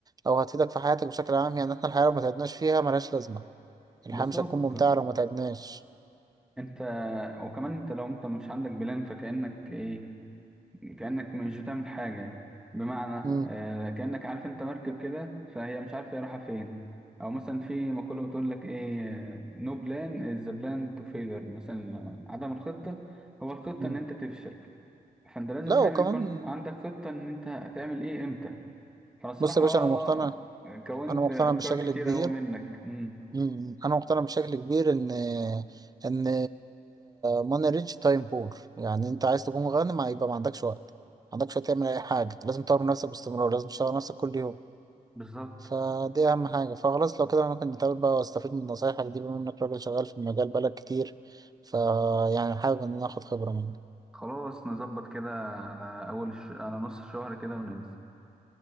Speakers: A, on the right; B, in the centre.
A: او هتفيدك في حياتك بشكل عام يعني احنا الحياة لو ما تعبناش فيها ملهاش لازمة الحياة
B: بالظبط
A: مش هتكون ممتعة لو ما تعبناش
B: أنت وكمان أنت لو أنت مش عندك بلان فكأنك إيه كأنك مش بتعمل حاجة بمعنى
A: مم.
B: آه كأنك عارف انت مركب كده فهي مش عارفة هي رايحة فين او مثلا في مقولة بتقول لك ايه نو بلان از ذا بلان تو فيلر مثلا عدم الخطة هو الخطة
A: مم.
B: ان انت تفشل فانت لازم
A: لا
B: فعلا
A: وكمان
B: يكون عندك خطة ان انت هتعمل ايه امتى فانا الصراحة
A: بص يا باشا
B: اه
A: انا مقتنع
B: كونت
A: انا مقتنع
B: افكار
A: بشكل
B: كتير
A: كبير
B: اوي منك امم
A: مم. انا مقتنع بشكل كبير ان ان ماني ريتش تايم بور يعني انت عايز تكون غني ما يبقى ما عندكش وقت ما عندكش وقت تعمل اي حاجه لازم تطور من نفسك باستمرار لازم تشتغل على نفسك كل يوم
B: بالظبط
A: فدي اهم حاجه فخلاص لو كده أنا ممكن نتقابل بقى واستفيد من نصايحك دي بما انك راجل شغال في المجال بقالك كتير فيعني حابب ان انا اخد خبره منك
B: خلاص نظبط كده على اول الش... على نص الشهر كده وننزل